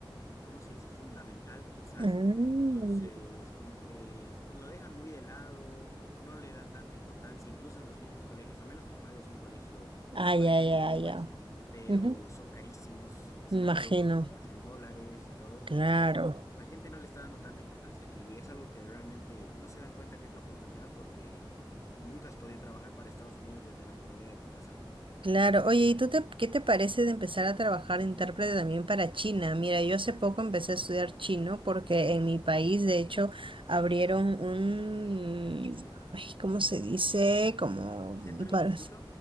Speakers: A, on the left (about 35°); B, on the right (about 70°).
A: ¿cómo se dice? Fundamental, quizás.
B: Mm.
A: Entonces, como que lo dejan muy de lado, no le dan tanta importancia, incluso en los mismos colegios, a menos que pagues un colegio, hay
B: Ah,
A: colegios
B: ya, ya,
A: bilingües,
B: ya.
A: pero
B: Ujú.
A: son carísimos, si
B: Me Imagino,
A: no me equivoco, los pagas en dólares y todo, entonces
B: claro.
A: la gente no le está dando tanta importancia aquí y es algo que realmente no se dan cuenta que es la oportunidad porque nunca has podido trabajar para Estados Unidos desde la comodidad de tu casa, ¿no?
B: Claro, oye, ¿y tú te, qué te parece de empezar a trabajar de intérprete también para China? Mira, yo hace poco empecé a estudiar chino porque en mi país, de hecho, abrieron un, ay, ¿cómo se dice? Como
A: Centro
B: para,
A: instituto,